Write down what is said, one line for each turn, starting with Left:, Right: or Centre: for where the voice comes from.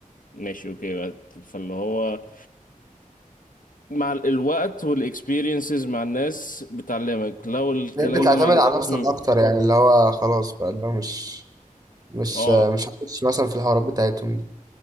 Left: ماشي أوكي فاللي هو مع ال- الوقت والاكسبيرينسز مع الناس بتعلمك لو الكلام
Right: بقيت بص بتعتمد
Left: ده مع ال-
Right: هو على انا نفسك
Left: هم.
Right: اكتر يعني اللي هو خلاص بقى اللي هو مش مش
Left: اه
Right: آه، مش هخش مثلا في الحوارات بتاعتهم دي